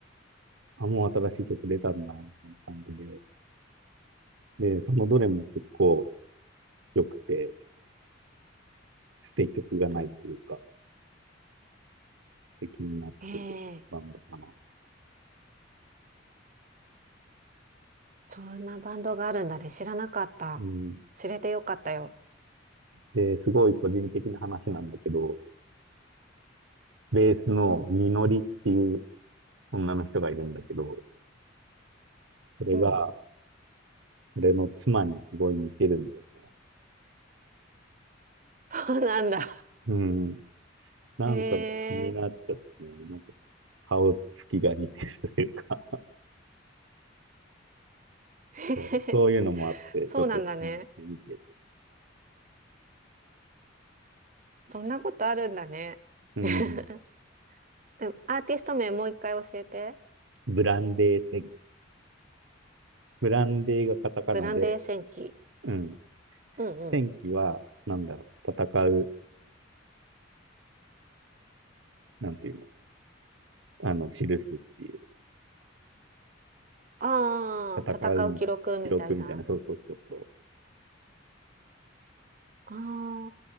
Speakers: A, on the right; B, on the right.
A: あ、もう新しい曲出たんだ、みたいな感じで。で、そのどれも結構良くて、捨て曲がないというか、
B: うん。
A: 気になってるバンドかな。
B: ええ、そんなバンドがあるんだね。知らなかった。
A: うん。
B: 知れてよかったよ。
A: で、すごい個人的な話なんだけど、ベースのみのりっていう
B: うん、
A: 女の人がいるんだけど、それが
B: うん。
A: 俺の妻にすごい似てるんだよね。
B: <laughs> そうなんだ。
A: うん。なんか気になっちゃってね、
B: へえ。
A: なんか顔つきが似てるというか
B: <laughs>
A: そうそういうのもあって、
B: そうなんだね。
A: ちょっと気に入ってみてる。
B: そんなことあるんだね。
A: うん。
B: <laughs> でもアーティスト名もう一回教えて。
A: ブランデー戦記。ブランデーがカタカナで、
B: ブランデー戦記。
A: うん。
B: うんうん。
A: 戦記は、なんだろう、戦う、なんていうの、あの、記すっていう、
B: ああ、
A: 戦うに記録みたいな、
B: 戦う記録みたいな。
A: そうそうそうそ
B: ああ、